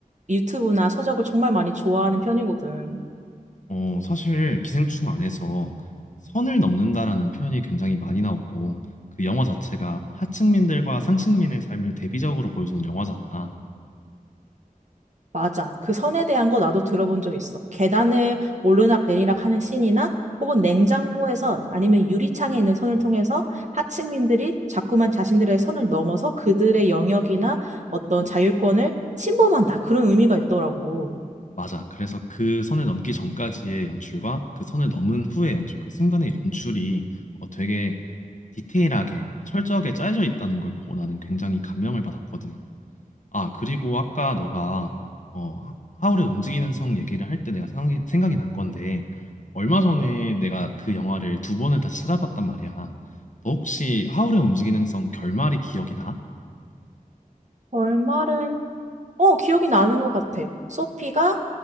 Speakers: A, on the right; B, on the left.
A: 유튜브나 서적을 정말 많이 좋아하는 편이거든.
B: 어, 사실 기생충 안에서 선을 넘는다라는 표현이 굉장히 많이 나오고 그 영화 자체가 하층민들과 상층민의 삶을 대비적으로 보여주는 영화잖아.
A: 맞아. 그 선에 대한 거 나도 들어본 적 있어. 계단을 오르락 내리락 하는 씬이나 혹은 냉장고에선 아니면 유리창에 있는 선을 통해서 하층민들이 자꾸만 자신들의 선을 넘어서 그들의 영역이나 어떤 자율권을 침범한다. 그런 의미가 있더라고.
B: 맞아. 그래서 그 선을 넘기 전까지의 연출과 그 선을 넘은 후의 연출, 그 순간의 연출이 어, 되게 디테일하게 철저하게 짜여져 있다는 걸 보고 나는 굉장히 감명을 받았거든. 아, 그리고 아까 너가 어, 하- 울의 움직이는 성 얘기를 할 때 내가 생각이, 생각이 난 건데 얼마 전에 내가 그 영화를 두 번을 다시 찾아봤단 말이야. 너 혹시 하울의 움직이는 성 결말이 기억이 나?
A: 얼말은 어, 기억이 나는 것 같아. 소피가